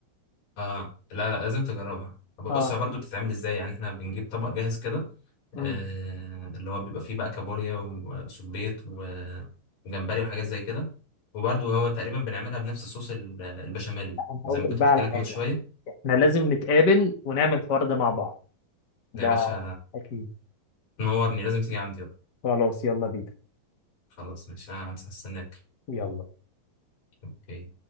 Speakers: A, on the left (about 65°); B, on the left (about 40°).
A: اه لا لا لازم تجربها بص
B: اه
A: هي برضو بتتعمل ازاي يعني احنا بنجيب طبق جاهز كده آه
B: امم
A: اللي هو بيبقى فيه بقى كابوريا وصبيط و- وجمبري وحاجات زي كده وبرضو هو تقريبا بنعملها بنفس صوص ال- البشاميل
B: انا هقول
A: زي ما
B: لك
A: كنت
B: بقى
A: بحكي
B: على
A: لك
B: حاجه
A: من شوية
B: احنا لازم نتقابل ونعمل الحوار ده مع بعض ده
A: يا باشا
B: اكيد
A: تنورني لازم تيجي عندي
B: خلاص يلا بينا
A: خلاص ماشي انا هستناك
B: يلا
A: اوكي